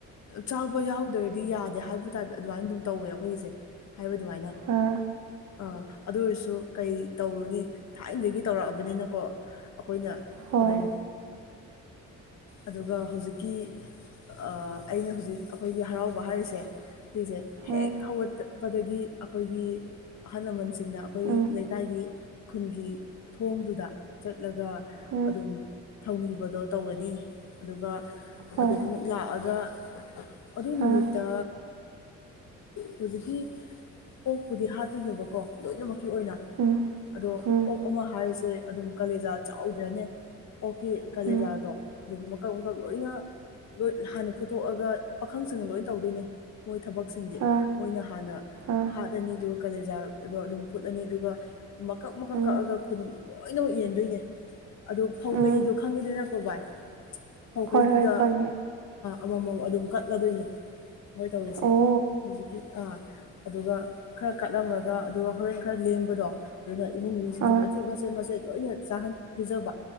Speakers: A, on the left; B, on the right.
A: ꯆꯥꯎꯕ ꯌꯥꯎꯗꯔꯗꯤ ꯌꯥꯗꯦ ꯍꯥꯏꯕ ꯇꯥꯏ ꯑꯗꯨꯃꯥꯏꯅ ꯑꯗꯨꯝ ꯇꯧꯋꯦ ꯑꯩꯈꯣꯏꯁꯦ ꯍꯥꯏꯕ ꯑꯗꯨꯃꯥꯏꯅ
B: ꯑꯥ
A: ꯑꯥ ꯑꯗꯨ ꯑꯣꯏꯔꯁꯨ ꯀꯩ ꯇꯧꯔꯨꯅꯤ ꯊꯥꯏꯅꯗꯒꯤ ꯇꯧꯔꯛꯑꯕꯅꯤꯅꯀꯣ ꯑꯩꯈꯣꯏꯅ
B: ꯍꯣꯏ
A: ꯑꯗꯨꯝ ꯑꯗꯨꯒ ꯍꯧꯖꯤꯛꯀꯤ ꯑꯩꯅ ꯍꯧꯖꯤꯛ ꯑꯩꯈꯣꯏꯒꯤ ꯍꯔꯥꯎꯕ ꯍꯥꯏꯔꯤꯁꯦ ꯁꯤꯁꯦ
B: ꯎꯝ
A: ꯍꯦꯛ ꯍꯧꯒꯠꯄꯗꯒꯤ ꯑꯩꯈꯣꯏꯒꯤ ꯑꯍꯜ ꯂꯃꯟꯁꯤꯡꯅ ꯑꯩꯈꯣꯏ
B: ꯎꯝ
A: ꯂꯩꯀꯥꯏꯒꯤ ꯈꯨꯟꯒꯤ ꯊꯣꯡꯗꯨꯗ ꯆꯠꯂꯒ
B: ꯎꯝ
A: ꯑꯗꯨꯝ ꯊꯧꯅꯤꯕꯗꯣ ꯇꯧꯔꯅꯤ ꯑꯗꯨꯒ
B: ꯍꯣꯏ
A: ꯑꯗꯨ ꯑꯃꯨꯛ ꯂꯥꯛꯑꯒ ꯑꯗꯨ ꯅꯨꯃꯤꯠꯇ
B: ꯑꯥ
A: ꯍꯧꯖꯤꯛꯀꯤ ꯑꯣꯛꯄꯨꯗꯤ ꯍꯥꯠꯇꯣꯏꯅꯦꯕꯀꯣ ꯂꯣꯏꯅꯃꯛꯀꯤ ꯑꯣꯏꯅ
B: ꯎꯝ
A: ꯑꯗꯣ
B: ꯎꯝ
A: ꯑꯣꯛ ꯑꯃ ꯍꯥꯏꯔꯤꯁꯦ ꯑꯗꯨꯝ ꯀꯥꯂꯦꯖꯥ ꯆꯥꯎꯗ꯭ꯔꯅꯦ ꯑꯣꯛ ꯀꯤ ꯀꯥꯂꯦꯖꯥꯗꯣ
B: ꯎꯝ
A: ꯑꯗꯨꯝ ꯃꯀꯛ ꯃꯀꯛ ꯂꯣꯏꯅ ꯂꯣꯏ ꯍꯥꯟꯅ ꯐꯨꯊꯣꯛꯑꯒ ꯄꯥꯈꯪꯁꯤꯡ ꯂꯣꯏ ꯇꯧꯗꯣꯏꯅꯦ ꯃꯣꯏ ꯊꯕꯛꯁꯤꯡꯗꯤ
B: ꯑꯥ
A: ꯃꯣꯏꯅ ꯍꯥꯟꯅ
B: ꯑꯥ
A: ꯍꯥꯠꯂꯅꯤ ꯑꯗꯨꯒ ꯀꯥꯂꯦꯖꯥꯗꯣ ꯑꯗꯨꯝ ꯐꯨꯠꯂꯅꯤ ꯑꯗꯨꯒ ꯃꯀꯛ ꯃꯀꯛ
B: ꯎꯝ
A: ꯀꯛꯑꯒ ꯈꯨꯟ ꯂꯣꯏꯅꯃꯛ ꯌꯦꯟꯗꯣꯏꯅꯦ ꯑꯗꯣ ꯐꯧ
B: ꯎꯝ
A: ꯀꯩꯗꯣ ꯈꯪꯉꯤꯗꯅꯀꯣ ꯚꯥꯏ ꯄꯥꯎꯀꯩꯗꯨꯗ
B: ꯍꯣꯏ ꯍꯣꯏ ꯈꯪꯉꯦ
A: ꯑꯃꯃꯝ ꯑꯗꯨꯝ ꯀꯠꯂꯗꯣꯏꯅꯤ ꯑꯩꯈꯣꯏ ꯇꯧꯔꯤꯁꯦ
B: ꯑꯣ
A: ꯍꯧꯖꯤꯛꯀꯤ ꯑꯥ ꯑꯗꯨꯒ ꯈꯔ ꯀꯠꯂꯝꯃꯒ ꯑꯗꯨꯒ ꯍꯣꯔꯦꯟ ꯈꯔ ꯂꯦꯝꯕꯗꯣ ꯑꯗꯨꯅ ꯏꯃꯨꯡ ꯃꯤꯁꯤꯡꯁꯦ
B: ꯑꯥ
A: ꯃꯆꯦꯠ ꯃꯆꯦꯠ ꯃꯆꯦꯠ ꯂꯣꯏꯅ ꯆꯥꯍꯟ ꯄꯤꯖꯕ